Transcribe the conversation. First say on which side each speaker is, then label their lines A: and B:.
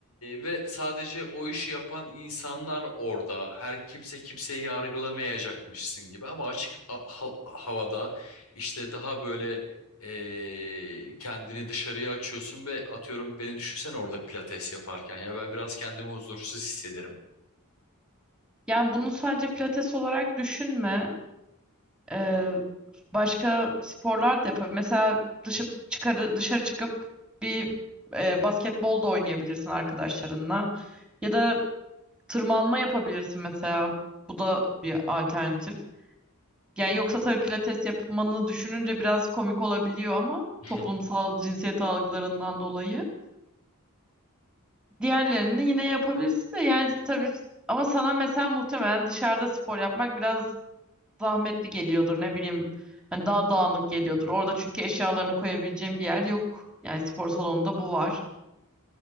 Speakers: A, on the left (about 80°); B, in the centre.
A: ve sadece o işi yapan insanlar orada. Her kimse kimseyi yargılamayacakmışsın gibi. Ama açık a- ha- havada işte daha böyle ee, kendini dışarıya açıyorsun ve atıyorum beni düşünsen orada pilates yaparken ya ben biraz kendimi huzursuz hissederim.
B: Yani bunu sadece pilates olarak düşünme. Ee, başka sporlar da yapabilir. Mesela dışı, çıkarı, dışarı çıkıp bir e, basketbol da oynayabilirsin arkadaşlarınla. Ya da tırmanma yapabilirsin mesela. Bu da bir alternatif. Yani yoksa tabii pilates yapmanı düşününce biraz komik olabiliyor ama
A: <laughs>
B: toplumsal cinsiyet algılarından dolayı. Diğerlerini yine yapabilirsin de yani tabii ama sana mesela muhtemelen dışarıda spor yapmak biraz zahmetli geliyordur ne bileyim hani daha dağınık geliyordur. Orada çünkü eşyalarını koyabileceğin bir yer yok. Yani spor salonunda bu var.